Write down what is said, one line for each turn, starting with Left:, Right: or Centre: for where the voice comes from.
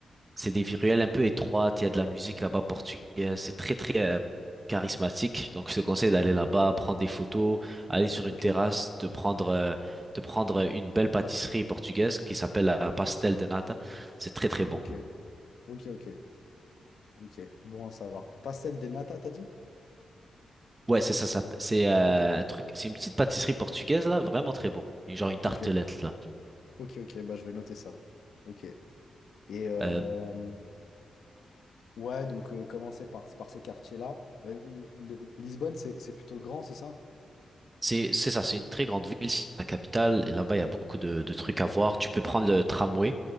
Right: C'est des ruelles un peu étroites, il y a de la musique là-bas portugaise, c'est très très euh, charismatique. Donc je te conseille d'aller là-bas, prendre des photos, aller sur
Left: ok,
Right: une terrasse, de prendre euh, de prendre une belle pâtisserie portugaise qui s'appelle la pastel de nata. C'est très très bon.
Left: ok, ok, ok, ok. Bon à savoir. Pas celle des Nata, t'as dit?
Right: Ouais, c'est ça, ça c'est euh,
Left: Ok,
Right: un truc, c'est une petite pâtisserie portugaise là, vraiment très bon. Genre une tartelette
Left: ok,
Right: là.
Left: ok, ok, bah je vais noter ça. Ok. Et euh,
Right: Euh,
Left: ouais, donc euh, commencer par, par ces quartiers-là. Euh, le- Lisbonne, c'est c'est plutôt grand, c'est ça?
Right: C'est c'est ça, c'est une très grande ville, c'est la capitale, et là-bas il y a beaucoup de, de trucs à voir. Tu peux prendre le tramway,